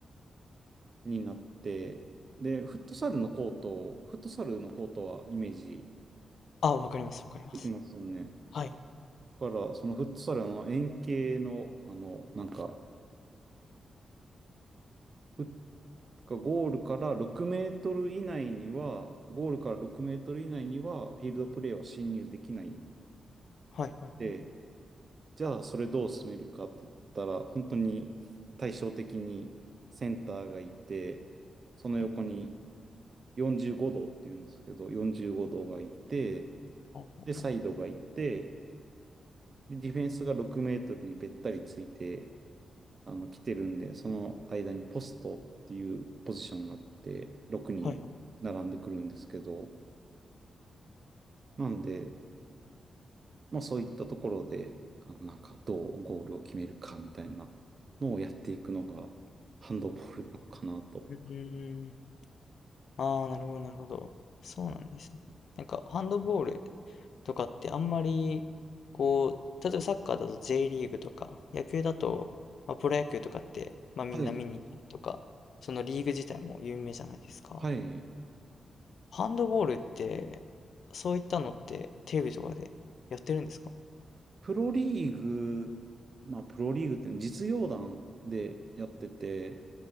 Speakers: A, on the right; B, on the left.
A: にんになって、で、フットサルのコート、フットサルのコートはイメージ
B: あ、わかります、わかります。
A: できますよね。だ
B: はい。
A: から、そのフットサルの円形の、あの、なんか、フッゴールから6メートル以内には、ゴールから6メートル以内には、フィールドプレーは侵入できないん
B: はいはいはい。
A: で、じゃあ、それどう進めるかって言ったら、本当に対照的にセンターがいて、その横に、45度っていうんですけど、45度がいて、
B: あああ
A: で、サイドがいて、で、ディフェンスが6メートルにべったりついて、あの、来てるんで、その間にポストっていうポジションがあって、6人並んでくるんですけど、
B: はい。
A: なんで、まあそういったところで、あのなんかどうゴールを決めるかみたいなのをやっていくのが、ハンドボールなのかなと。
B: うーん。ああ、なるほど、なるほど。そうなんですね。なんか、ハンドボールとかってあんまり、こう、例えばサッカーだと J リーグとか、野球だと、まあ、プロ野球とかって、まあみんな見に行ったりとか、
A: はい。
B: そのリーグ自体も有名じゃないですか。
A: はい。
B: ハンドボールって、そういったのってテレビとかでやってるんですか
A: プロリーグ、まあ、プロリーグって実業団でやってて、